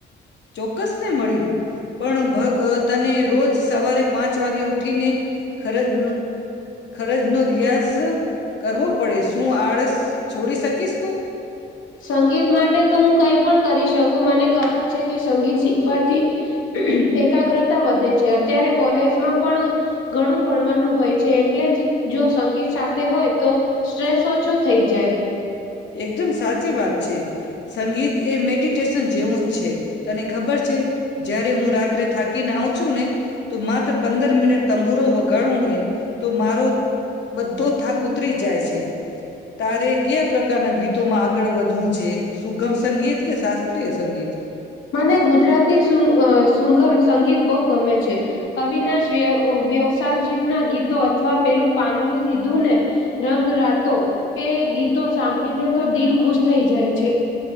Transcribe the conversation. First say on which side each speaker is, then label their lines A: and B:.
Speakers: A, on the left; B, on the left.
A: ચોક્કસ ને મળી. પણ, ભ અ તને રોજ સવારે પાંચ વાગે ઉઠીને, ખરજનો ખરજનો ડીયાઝ કરવો પડે. શું આળસ છોડી શકીશ તું.
B: સંગીત માટે તો હું કઈ પણ કરી શકું. મને ખબર છે, કે સંગીત શીખવાથી એકાગ્રતા વધે છે. અત્યારે, કોલેજમાં પણ ઘણું ભણવાનું હોય છે. એટલે જ જો સંગીત સાથે હોય તો સ્ટ્રેસ ઓછો થઈ જાય.
A: એકદમ સાચી વાત છે. સંગીત એ મેડિટેશન જેવું જ છે. તને ખબર છે. જયારે, હું રાત્રે થાકીને આવુ ચૂને તો માત્ર પંદર મિનટ તંબુરો વગાડુંને, તો મારો બધો થાક ઉતરી જાય છે. તારે ક્યા ના ગીતોમાં આગળ વધવું છે. સુગમ સંગીત કે શાસ્ત્રીય સંગીત
B: મને ગુજરાતી સુગ સુગમ સંગીત બહુ ગમે છે. અવિનાશ વ્ય વ્યવસજીના ગીતો અથવા પેલું પાંદડું લીધુંને રંગ રાતો, એ ગીતો સાંભળીને તો દિલ ખુશ થઈ જાય છે.